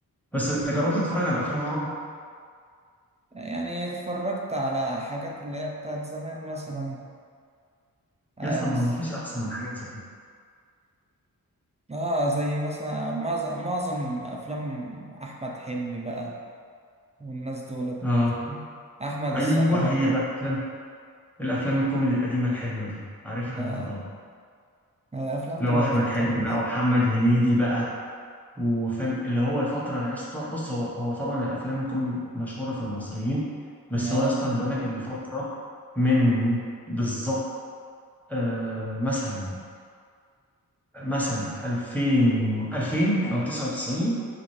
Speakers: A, in the centre; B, on the right (about 20°).
A: بس انت جربت تتفرج على افلام عربي؟
B: يعني اتفرجت على حاجات اللي هي بتاعت زمان مثلا آه
A: يا اسطى
B: بس
A: ما هو ما فيش احسن من حاجات زمان
B: اه زي مثلا معظم معظم أفلام أحمد حلمي بقى والناس دولت
A: اه
B: أحمد السقا
A: ايوه
B: برضه
A: هي بقى الافلام الافلام الكوميدي القديمه الحلوه دي عارفها
B: لا
A: انت طبعا
B: الأفلام
A: لو
B: دي بقت
A: احمد
B: تحفة
A: حلمي بقى ومحمد هنيدي بقى وفاهم اللي هو الفتره يا اسطى بص هو هو طبعا الافلام الكوميدي مشهوره في المصريين بس
B: لا
A: هو يا اسطى انا بقول لك الفتره من بالظبط آه مثلا يعني مثلا 2000 2000 او 99